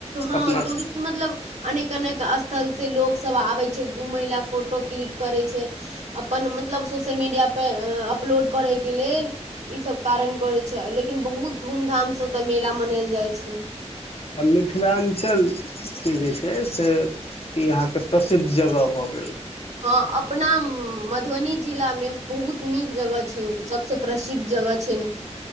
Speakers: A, on the right (about 75°); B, on the left (about 55°).
A: हँ
B: अपना
A: ूरिस्ट मतलब अनेक - अनेक स्थलसँ लोकसभ आबै छै घुमै लेलए फोटो क्लिक करै छै अपन मतलब सोशल मीडियापर अपलोड करैके लेल ईसभ कारण करै छै लेकिन बहुत धूमधामसँ ओतय मेला मनायल जाइ छै
B: मिथिलाञ्चल के जे छै से यहाँ के प्रसिद्ध जगह भ <inaudible>
A: हँ अपना म <inaudible> मधुबनी जिला मे बहुत नीक जगह छै ओ सबस प्रसिद्ध जगह छै